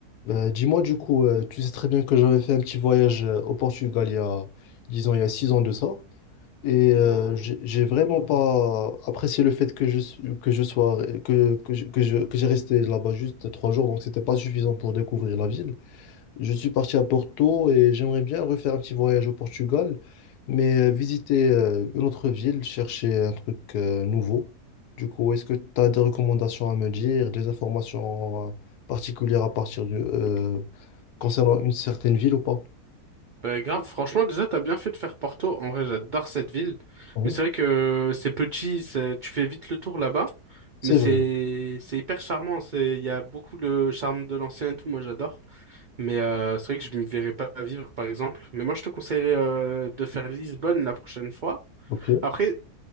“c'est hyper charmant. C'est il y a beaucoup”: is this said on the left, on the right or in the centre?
Right